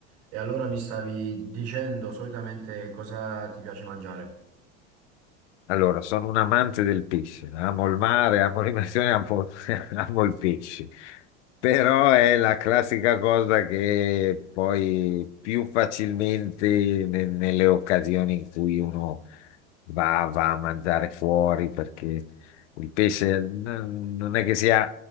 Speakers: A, on the right (about 75°); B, on the left (about 75°).
A: E allora mi stavi dicendo solitamente cosa ti piace mangiare?
B: Allora, sono un amante del pesce, amo il mare, amo l'immersione, amo, <laughs> amo il pesce, però è la classica cosa che poi più facilmente ne- nelle occasioni in cui uno va, va a mangiare fuori, perché il pesce n- non è che sia